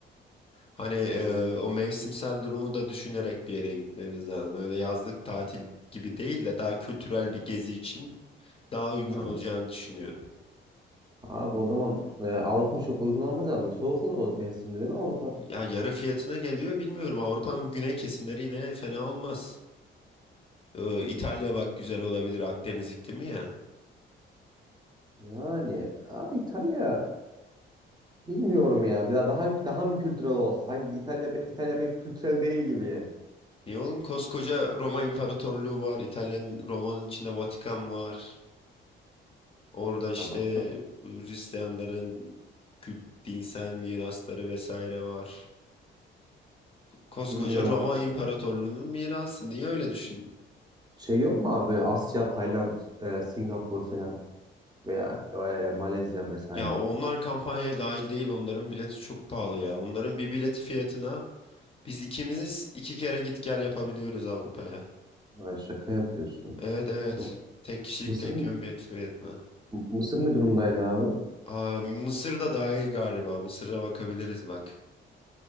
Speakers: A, on the left (about 30°); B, on the right (about 20°).
A: Hani e,
B: Değil.
A: o mevsimsel durumu da düşünerek bir yere gitmemiz lazım. Öyle yazlık tatil gibi değil de daha kültürel bir gezi için daha uygun
B: Ha.
A: olacağını düşünüyorum.
B: Abi o zaman e, Avrupa çok uygun olmaz herhalde. Soğuk olur o mevsimde değil mi Avrupa?
A: Ya yarı fiyatına geliyor bilmiyorum. Avrupa'nın bu güney kesimleri yine fena olmaz. E, İtalya bak güzel olabilir Akdeniz iklimi ya.
B: Yani abi İtalya bilmiyorum ya. Bir daha daha daha mı kültürel olsa? Sanki İtalya pe- İtalya pek kültürel değil gibi.
A: Niye oğlum koskoca Roma İmparatorluğu var. İtalya'nın Roma'nın içinde Vatikan var. Orada işte
B: Ya başka
A: Hristiyanların kült- dinsel mirasları vesaire var. Koskoca
B: bilmiyorum
A: Roma İmparatorluğu'nun mirası. Niye öyle düşün?
B: Şey yok mu abi böyle Asya, Tayland, e, Singapur falan veya e, Malezya vesaire.
A: Ya onlar kampanyaya dahil değil. Onların bileti çok pahalı ya. Onların bir bileti fiyatına biz ikimiz iki kere git gel yapabiliyoruz Avrupa'ya.
B: Ay, şaka yapıyorsun.
A: Evet evet.
B: Yok.
A: Tek kişilik
B: Mısır
A: tek yön bilet fiyatına.
B: Mısır ne durumdaydı abi?
A: Aa, Mısır da dahil galiba. Mısır'a bakabiliriz bak.